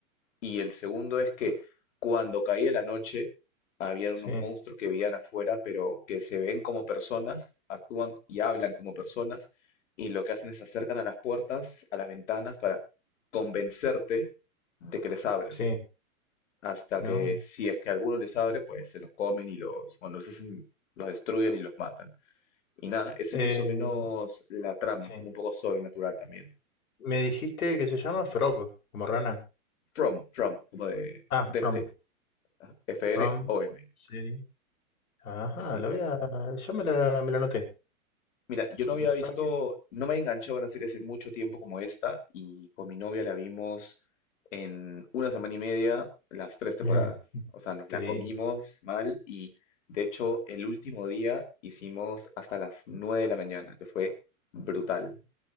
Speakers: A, on the left; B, on the left.
A: y el segundo es que cuando caía la noche, habían
B: sí,
A: unos monstruos que vivían afuera, pero que se ven como personas, actúan y hablan como personas, y lo que hacen es se acercan a las puertas, a las ventanas, para convencerte de que les abras.
B: sí,
A: Hasta
B: no.
A: que si es que alguno les abre, pues se los comen y los, bueno, los hacen- los destruyen y los matan. Y nada, esa
B: Eh,
A: es más o menos la trama,
B: sí.
A: como un poco sobrenatural también.
B: Me dijiste que se llama Frog, como rana.
A: From, from, como de
B: Ah, From,
A: desde, F-R-O-M.
B: From, serie. Ajá,
A: Sí.
B: la voy a, ya me la, me la anoté.
A: Mira, yo no
B: La
A: había
B: verdad
A: visto,
B: que...
A: no me he enganchado en una serie hace mucho tiempo como esta y con mi novia la vimos en una semana y media las tres temporadas.
B: <laughs>
A: O sea, nos
B: Qué
A: la
B: lindo.
A: comimos mal y de hecho el último día hicimos hasta las nueve de la mañana, que fue brutal.